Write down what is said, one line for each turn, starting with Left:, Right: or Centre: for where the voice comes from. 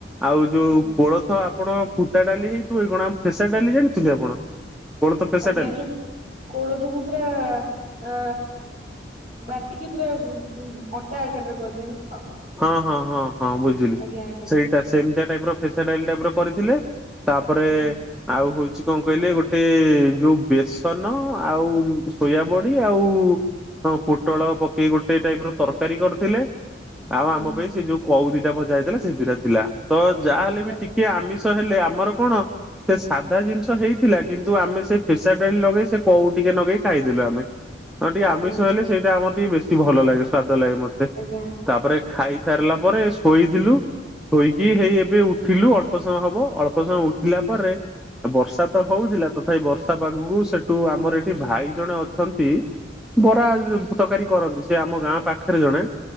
Centre: ଆଉ ଯୋଉ
Right: ଆଜ୍ଞା
Centre: କୋଳଥ ଆପଣ ଫୁଟା ଡାଲି ହେଇଥିବ କଣ ଫେସା ଡାଲି ଜାଣିଛନ୍ତି ଆପଣ? କୋଳଥ ଫେସା
Right: ଆଜ୍ଞା
Centre: ଡାଲି
Right: ଯୋଉ କୋଳଥକୁ ପୁରା ଅ, ବାଟିକି ପୁରା ଉଁ, ଅଟା ଆକାରରେ କରିଦିଅନ୍ତି ତ?
Centre: ହଁ, ହଁ, ହଁ, ହଁ ବୁଝିଲି,
Right: ଆଜ୍ଞା ଆଜ୍ଞା
Centre: ସେଇଟା ସେମିତିଆ ଟାଇପ୍ ର ଫେସା ଡ଼ାଲି ଟାଇପ୍ ର କରିଥିଲେ। ତାପରେ
Right: ଆଜ୍ଞା
Centre: ଆଉ ହଉଛି କଣ କହିଲେ ଗୋଟେ ଯୋଉ ବେସନ ଆଉ ସୋୟାବଡି ଆଉ ହଁ ପୋଟଳ ପକେଇ ଗୋଟେ ଟାଇପ୍ ର ତରକାରୀ କରିଥିଲେ।
Right: ଆଜ୍ଞା
Centre: ଆଉ ଆମ ପାଇଁ ସେ ଯୋଉ କଉ ଦିଟା ଭଜା ହେଇଥିଲା ସେ ଦିଟା ଥିଲା। ତ ଯାହାହେଲେ
Right: ଆଜ୍ଞା
Centre: ବି ଟିକେ ଆମିଷ ତ ହେଲେ ଆମର କଣ ସେ ସାଧା ଜିନିଷ ହେଇଥିଲା। କିନ୍ତୁ ଆମେ ସେ ପେଶା ଡାଲି ଲଗେଇ ସେ କୋଉ ଟିକେ ନଗେଇ ଖାଇଦେଲୁ ଆମେ। ହଁ ଟିକେ
Right: ଆଜ୍ଞା
Centre: ଆମିଷ ହେଲେ ସେଇଟା ଆମର ଟିକେ ବେଶୀ ଭଲ ଲାଗେ ସ୍ଵାଦ ଲାଗେ ମୋତେ।
Right: ଜ୍ଞା।
Centre: ତାପରେ ଖାଇ ସାରିଲା ପରେ ଶୋଇଥିଲୁ। ଶୋଇକି ହେଇ ଏବେ ଉଠିଲୁ ଅଳ୍ପ ସମୟ ହବ, ଅଳ୍ପ ସମୟ ଉଠିଲା ପରେ ଏ ବର୍ଷା ତ ହଉଥିଲା, ତଥାପି ବର୍ଷା ପାଗକୁ ସେଟୁ ଆମର ଏଠି ଭାଇ ଜଣେ ଅଛନ୍ତି। ବରା ଆଉ
Right: ଆଜ୍ଞା
Centre: ଯୋଉ ତରକାରୀ କରନ୍ତି। ସେ ଆମ ଗାଁ ପାଖରେ ଜଣେ।